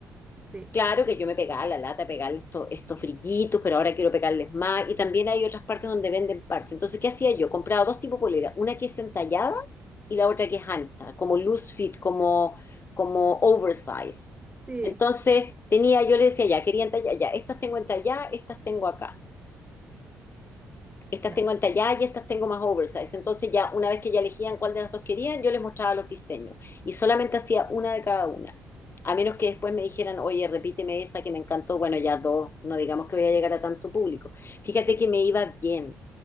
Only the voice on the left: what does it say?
Claro que yo me pegaba la lata, pegarle estos, estos frillitos, pero ahora quiero pegarles más. Y también hay otras partes donde venden parches. Entonces, ¿qué hacía yo? Compraba dos tipos de polera, una que es entallada y la otra que es ancha, como loose fit, como, como oversized.
Entonces, tenía, yo le decía, ya, quería entallar, ya, estas tengo entalladas, estas tengo acá estas
tengo entalladas y estas tengo más oversize. Entonces ya una vez que ya elegían cuál de las dos querían, yo les mostraba los diseños y solamente hacía una de cada una. A menos que después me dijeran, oye, repíteme esa que me encantó, bueno, ya dos, no digamos que voy a llegar a tanto público. Fíjate que me iba bien.